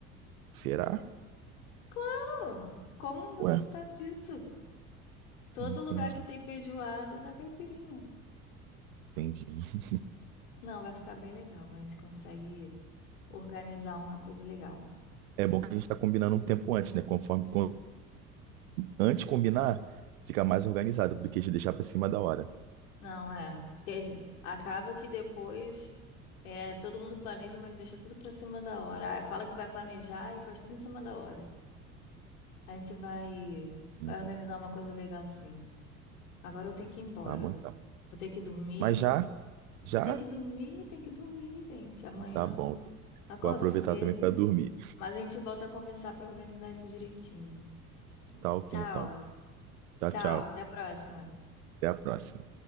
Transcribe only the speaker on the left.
É, Claro! Como você
não sabe disso? Todo
lugar que tem feijoada dá caipirinha.
Não, vai ficar bem legal. A gente consegue organizar uma coisa legal.
Não, é. Que a gen- acaba que depois é, todo mundo planeja, mas deixa tudo pra cima da hora. Ah, Fala que vai planejar e faz tudo em cima da hora. A gente vai,
vai organizar uma coisa legal, sim. Agora eu tenho que ir embora.
Eu tenho que dormir.
Tem que dormir, tem que dormir, gente. Amanhã
acordo
cedo.
Mas a gente volta a conversar para organizar isso direitinho.
Tchau,
tchau.
Até a próxima.